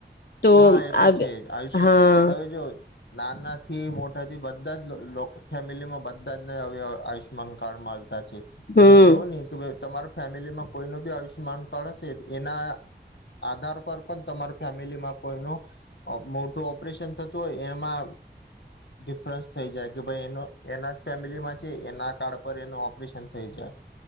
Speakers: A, on the left; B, on the left.
A: તો
B: હા એ તો
A: આ
B: છે આયુષ્ય
A: હા
B: હવે જો. નાના થી મોટાથી બધા જ ફેમિલી માં બધા જ ને આયુષ્યમાન કાર્ડ મળતા.
A: હમ
B: અને એવો નહી કે ભાઈ તમારા ફેમિલીમાં કોઈ ન બી આયુષ્યમાન કાર્ડ હશે એના આધાર પર પણ તમારે ફેમિલીમાં કોઈનું મોટું ઓપરેશન થતું હોય એમાં ડિફરન્સ થઈ જાય કે ભાઈ એ એના જ ફેમિલીમાં છે એના કાર્ડ પર એનું ઓપરેશન થઈ જાય.